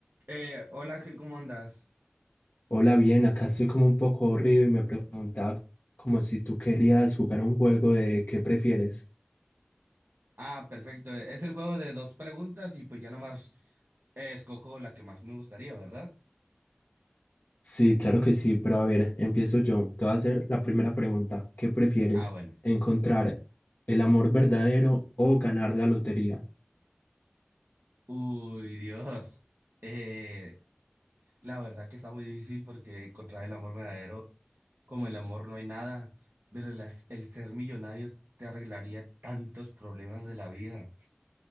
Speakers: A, on the right (about 60°); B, on the left (about 45°).
A: Eh, hola Ángel, ¿cómo andas?
B: Hola, bien, acá estoy como un poco aburrido y me preguntaba como si tú querías jugar un juego de qué prefieres.
A: Ah, perfecto. Es el juego de dos preguntas y pues ya nomás eh, escojo la que más me gustaría, ¿verdad?
B: Sí, claro que sí, pero a ver, empiezo yo. Te voy a hacer la primera pregunta. ¿Qué prefieres?
A: Ah, bueno.
B: ¿Encontrar el amor verdadero o ganar la lotería?
A: Uy, Dios. Eh, la verdad que está muy difícil porque encontrar el amor verdadero, como el amor no hay nada, pero las- el ser millonario te arreglaría tantos problemas de la vida.